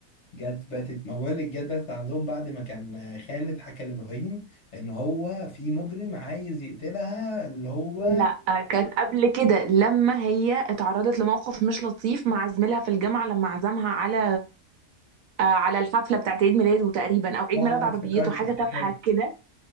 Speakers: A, on the left; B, on the right.
A: جت باتت ما بقول لك جت باتت عندهم بعد ما كان خالد حكى لابراهيم ان هو في مجرم عايز يقتلها اللي هو
B: لا كان قبل كده لما هي اتعرضت لموقف مش لطيف مع زميلها في الجامعه لما عزمها على آه، على الحفله بتاعت عيد ميلاده تقريبا او عيد
A: اه
B: ميلاد عربيته
A: افتكرت
B: حاجه
A: افتكرت
B: تافهه كده